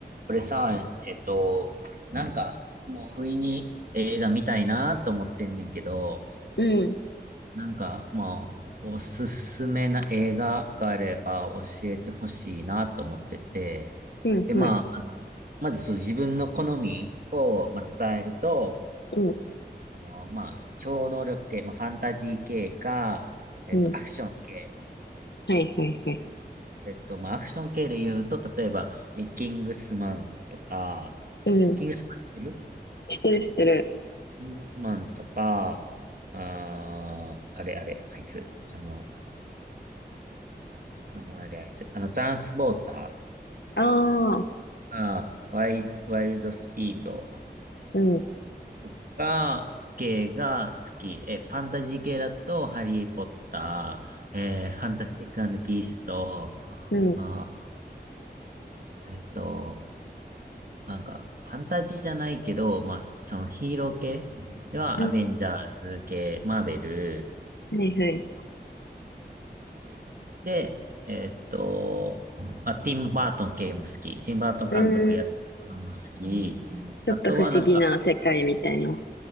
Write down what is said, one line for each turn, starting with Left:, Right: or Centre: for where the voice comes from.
Right: これさ、えっと、なんか、もう不意に映画見たいなと思ってんねんけど、
Left: うん、
Right: なんか、まあ、おすすめな映画があれば教えてほしいなと思ってて、
Left: うん、
Right: で、
Left: うん、
Right: まあ、あの、まずそう自分の好みを、まあ、伝えると、
Left: うん、
Right: あのまあ、超能力系、まあ、ファンタジー系か、えっと、
Left: うん。
Right: アクション系。
Left: はい、はい、はい。
Right: えっと、まあ、アクション系で言うと、例えば、えキングスマンとか、
Left: うん。
Right: キングスマン知ってる
Left: 知ってる、知ってる。
Right: キングスマンとか、あー、あれあれ、あいつ、あの、あの、あれあいつ、あの、トランスポータ
Left: ああ、
Right: ーが、ワイ、ワイルドスピード
Left: うん、
Right: とか、系が好き。え、ファンタジー系だと、ハリー・ポッター、えーファンタスティックピースと、
Left: うん、
Right: あー、えっと、なんか、ファンタジーじゃないけど、まあ、そのヒーロー系では、
Left: うん。
Right: アベンジャーズ系、マーベル、
Left: はい、はい。
Right: で、えーっと、まあ、ティム・バートン系も好き。ティム・バートン監督やってるものも好き。
Left: うん。ちょっと不思議な世界みたいな。
Right: あとはなんか、